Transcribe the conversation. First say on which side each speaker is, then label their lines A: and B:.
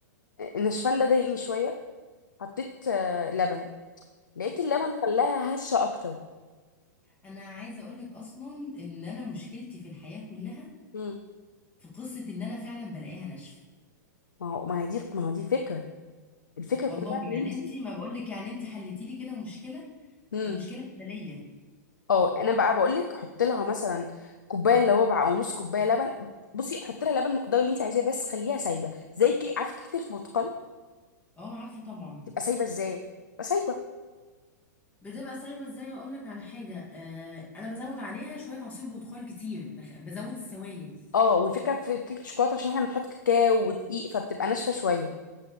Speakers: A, on the left; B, on the left.
A: آه، النشفان ده ضايقني شويه حطيت آه، لبن لقيت اللبن خلاها هشه اكتر
B: انا عايزه اقول لك اصلا ان انا مشكلتي في الحياه كلها
A: امم
B: في قصه ان انا فعلا بلاقيها ناشفه
A: ما هو ما هي دي ما هو دي الفكره الفكره
B: والله
A: كلها ان
B: يعني
A: انت
B: انت ما بقول لك يعني انت حلتي لي كده مشكله
A: امم
B: مشكله بدنيه
A: اه انا بقى بقول لك حط لها مثلا كوبايه الا ربع او نص كوبايه لبن بصي حط لها لبن المقدار اللي انت عايزاه بس خليها سايبه زي كي عارفه كيكه البرتقال
B: اه عارفه طبعا
A: تبقى سايبه ازاي تبقى سايبه
B: بتبقى سايبه ازاي هقول لك على حاجه آه انا بزود عليها شويه عصير برتقال كتير بخ- بزود السوائل
A: اه والفكره في كيكه الشوكولاته عشان احنا بنحط كاكاو ودقيق فبتبقى ناشفه شويه